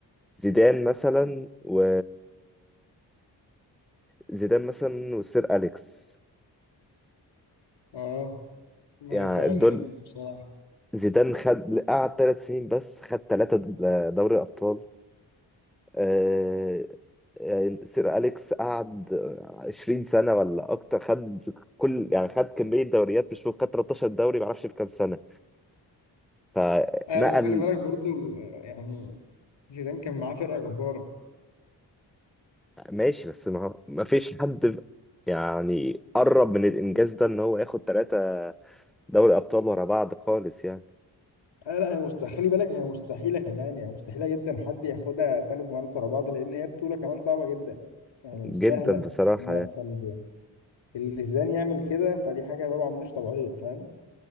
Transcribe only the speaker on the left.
اه ما
هي سؤال
حلو بصراحه
ايوه بس خلي بالك برضو آه، يعني زيدان كان معاه فرقه جباره
آه لا هي مستحيل خلي بالك هي مستحيلة كمان يعني مستحيلة جدا حد ياخدها ثلاث مرات ورا بعض لأن هي بطولة كمان صعبة جدا يعني
مش سهلة
لا
فاللي زيدان يعمل كده فدي حاجة طبعا مش طبيعية فاهم